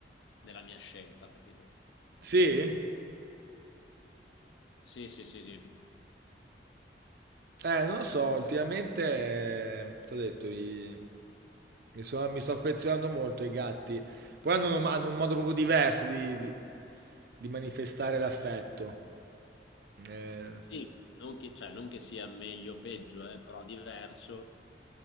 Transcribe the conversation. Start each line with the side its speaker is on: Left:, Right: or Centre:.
Left: nella mia scelta, capito?
Right: Sì?
Left: Sì, sì, sì, sì.
Right: Eh, non lo so, ultimamente, ti ho detto, i- mi, sono- mi sto affezionando molto ai gatti. Poi hanno, un hanno un modo proprio diverso di, di- di manifestare l'affetto. Eh,
Left: Sì, non che, cioè, non che sia meglio o peggio, eh, però diverso.